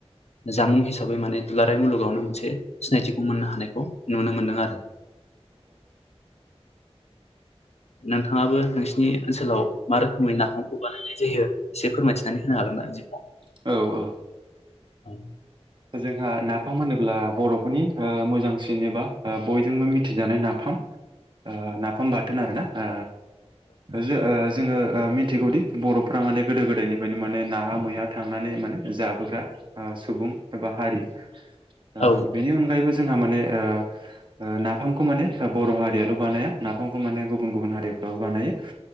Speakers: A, on the left; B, on the right.
A: जामुं हिसाबै माने दुलाराय मुलुगावनो मोनसे सिनायथि मोननो हानायखौ नुनो मोनदों आरो
B: <unintelligible>
A: नोंथाङाबो नोंसिनि ओनसोलाव मा रोखोमै नाफामखौ बानायनाय जायो एसे फोरमायथिनानै होनो हागोन ना बिदिब्ला
B: औ औ
A: औ
B: जोंहा नाफाम होनोब्ला बर'फोरनि अ मोजांसिन एबा अ बयजोंबो मिथिजानाय नाफाम फाम अ नाफाम बाथोन‌‌ आरोंना अ जो अ जोङो अ मिथिगौदि बर'फोरा माने गोदो गोदायनिफ्रायनो माने नाहा मैहा थांनानै माने जाबोग्रा अ सुबुं एबा हारि अ
A: औ
B: बेनि अनगायैबो जोंहा माने अ अ नाफामखौ माने बर' हारियाल' बानाया नाफामखौ माने गुबुन गुबुन हारि